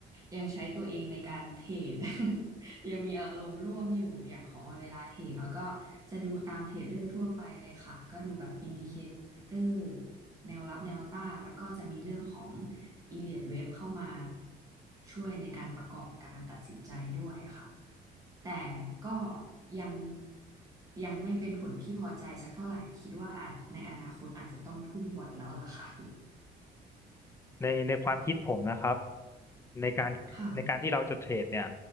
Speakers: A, on the right (about 20°); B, on the left (about 15°).
A: ยังใช้ตัวเองในการเทรด <laughs> ยังมีอารมณ์ร่วมอยู่อย่างของออยเวลาเทรดออยก็จะดูตามเทรดเดอร์ทั่วไปเลยค่ะก็ดูแบบอินดิเคเตอร์แนวรับแนวต้านแล้วก็จะมีเรื่องของ อีเลียดเว็บเข้ามาช่วยในการประกอบการตัดสินใจด้วยอะค่ะแต่ก็ยังยังไม่เป็นผลที่พอใจสักเท่าไหร่คิดว่าอาจในอนาคตอาจจะต้องพึ่งบอทแล้วล่ะค่ะ <laughs>
B: ในในความคิดผมนะครับในการในการที่เราจะเทรดเนี่ย
A: ค่ะ